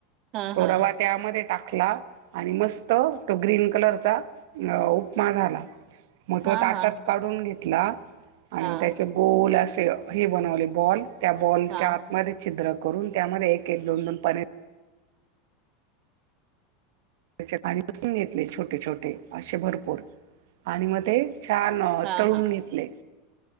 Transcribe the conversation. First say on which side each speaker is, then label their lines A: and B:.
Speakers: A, on the right (about 50°); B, on the right (about 70°).
A: हा
B: तो
A: हा
B: रवा त्यामध्ये टाकला आणि मस त ग्रीन कलरचा अं उपमा झाला मग
A: हा
B: तो ताटात
A: हा
B: काढून घेत ला आणि
A: हा
B: मग त्याचे गोल असे हे बनवले बॉल. त्या बॉलच्या
A: हा हा हा
B: आतमध्ये छिद्र करून त्यामध्ये एक एक दोन दोन पनीर त्याच्यात आणि <unintelligible> वून घेतले छोटे छोटे असे भरपूर. आणि मग ते छान अ
A: हा
B: तळून घेतले